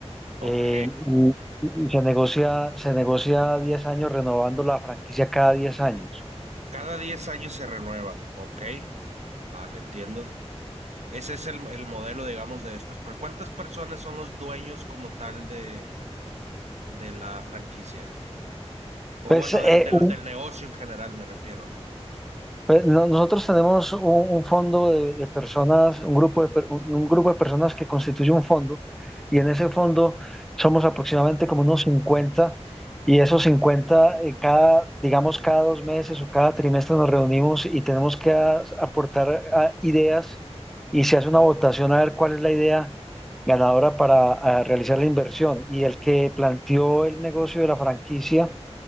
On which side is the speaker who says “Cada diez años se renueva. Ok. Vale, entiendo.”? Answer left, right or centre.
Right